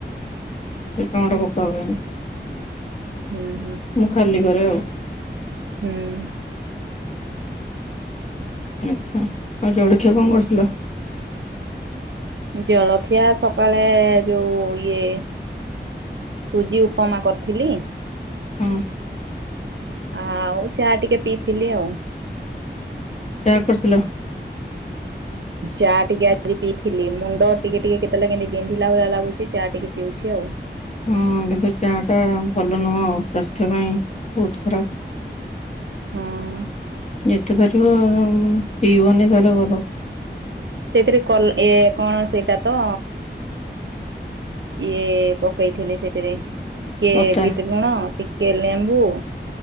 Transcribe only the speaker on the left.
ସେ ଟମାଟୋ ପକା ହୁଏନି
ମୁଁ ଖାଲି କରେ ଆଉ।
ଆଛା ଆଉ ଜଳଖିଆ କଣ କରିଥିଲ।
ହୁଁ।
ଚା କରିଥିଲ।
ହୁଁ କିନ୍ତୁ ଚାହା ଟା ଭଲ ନୁହଁ ଆଉ ସ୍ୱାସ୍ଥ୍ୟ ପାଇଁ ବହୁତ ଖରାପ।
ଯେତେ ପାରିବ ପିଇବନି ତାହେଲେ ଭଲ।
ଅଦା